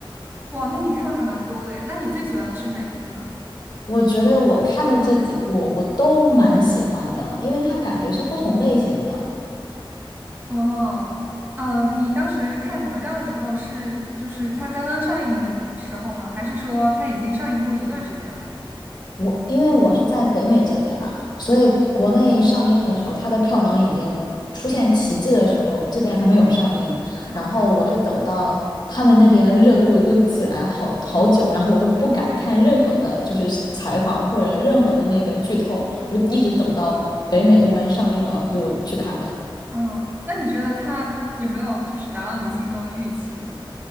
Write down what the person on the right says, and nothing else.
哇，那你看的还蛮多的呀。那你最喜欢的是哪一部呢？
哦，嗯，你当时看哪吒的时候是就是它刚刚上映的时候吗？还是说它已经上映过一段时间了呀？
嗯
嗯
嗯，那你觉得它有没有就是达到你心中的预期呢？